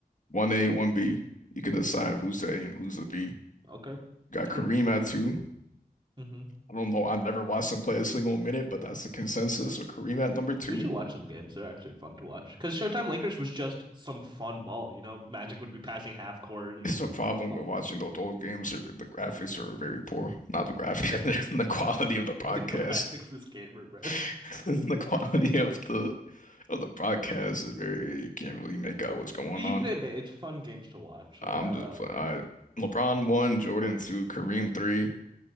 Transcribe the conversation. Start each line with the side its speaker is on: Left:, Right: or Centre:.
Left: One A, one B. You could decide who's the A and who's the B. You
Right: okay.
Left: got
Right: Sure.
Left: Kareem at two.
Right: hmm
Left: I don't know. I never watched him play a single minute, but that's the consensus. So Kareem at number two.
Right: We should watch some games. They're actually fun to watch. Because Showtime Lakers was just some fun ball. You know, Magic would be passing half court. He's
Left: It's a problem
Right: fun ball.
Left: with watching those old games. The the graphics are very poor. Not the graphics, <laughs> the quality of
Right: <laughs>
Left: the broadcast.
Right: The graphics of this game are bro. But
Left: <laughs> The quality of the of the broadcast is very, you can't really make out what's going
Right: you
Left: on.
Right: can admit it's fun games to watch. Like
Left: I'm
Right: I, I
Left: just
Right: like
Left: pl-
Right: them.
Left: I, LeBron one, Jordan two, Kareem three,